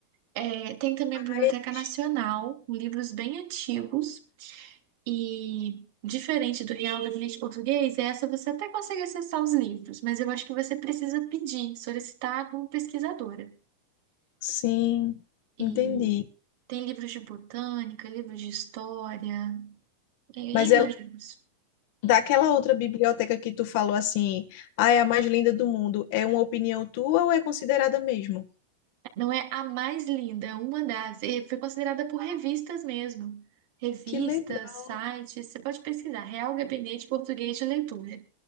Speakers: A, on the right; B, on the left.
A: É, tem também
B: Mas,
A: a Biblioteca Nacional, livros bem antigos. E diferente do Real Gabinete Português, essa você até consegue acessar os livros, mas eu acho que você precisa pedir, solicitar como pesquisadora.
B: Sim,
A: E
B: entendi.
A: tem livros de botânica, livros de história, tem
B: Mas
A: N
B: é
A: livros.
B: daquela outra biblioteca que tu falou assim, ah, é a mais linda do mundo. É uma opinião tua ou é considerada mesmo?
A: Não é a mais linda, é uma das. E foi considerada por revistas mesmo. Revistas,
B: Que legal.
A: sites, você pode pesquisar. Real Gabinete Português de Leitura.